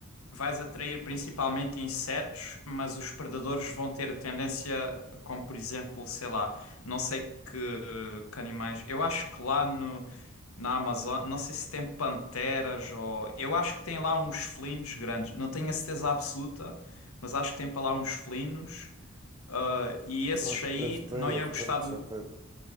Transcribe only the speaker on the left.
vais atrair principalmente insetos, mas os predadores vão ter tendência, como por exemplo, sei lá, não sei que, que animais. Eu acho que lá no, na Amazônia, não sei se tem panteras ou. Eu acho que tem lá uns felinos grandes. Não tenho a certeza absoluta, mas acho que tem para lá uns felinos. Ah, e esses
aí
não
iam gostar
do.